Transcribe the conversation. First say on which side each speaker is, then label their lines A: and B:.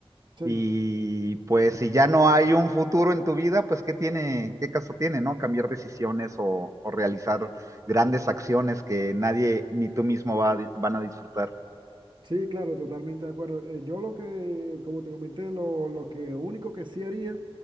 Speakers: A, on the right (about 50°); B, on the right (about 30°).
A: Sí.
B: Y pues si ya no hay un futuro en tu vida, pues ¿qué tiene,
A: <laughs>
B: qué caso tiene, ¿no? Cambiar decisiones o, o realizar grandes acciones que nadie ni tú mismo va a di- van a disfrutar.
A: Sí, claro, totalmente de acuerdo. Eh, yo lo que, como te comenté, lo, lo que único que sí haría